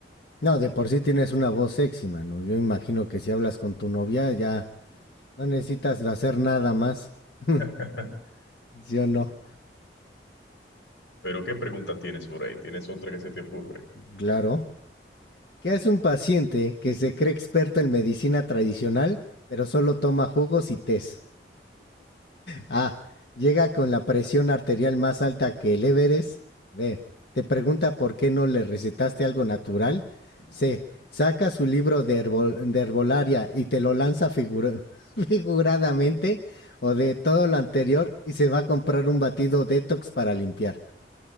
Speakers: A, on the left; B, on the left.
A: No, de por sí tienes una voz sexy, mano. Yo imagino que si hablas con tu novia ya no necesitas hacer nada más. <laughs>
B: <laughs>
A: ¿Sí o no?
B: Pero ¿qué pregunta tienes por ahí? ¿Tienes otra que se te ocurre?
A: Claro. ¿Qué hace un paciente que se cree experto en medicina tradicional, pero solo toma jugos y tés? A. Llega con la presión arterial más alta que el Everest. B. Te pregunta por qué no le recetaste algo natural. C. Saca su libro de, herbol- de herbolaria y te lo lanza figura- <laughs> figuradamente. O de todo lo anterior y se va a comprar un batido detox para limpiar.